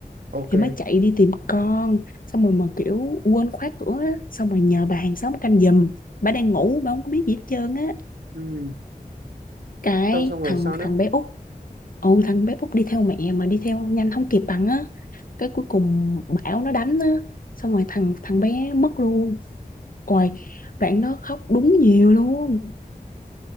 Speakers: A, on the right; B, on the left.
A: Ok.
B: thì mới chạy đi tìm con xong rồi mà kiểu quên khóa cửa á xong rồi nhờ bà hàng xóm canh giùm bà đang ngủ bà không có biết gì hết trơn á
A: Ừ.
B: cái
A: Xong xong rồi
B: thằng
A: sao nữa?
B: thằng bé út ừ thằng bé út đi theo mẹ mà đi theo nhanh không kịp bằng á cái cuối cùng bão nó đánh á xong rồi thằng thằng bé mất luôn Ôi đoạn đó khóc đúng nhiều luôn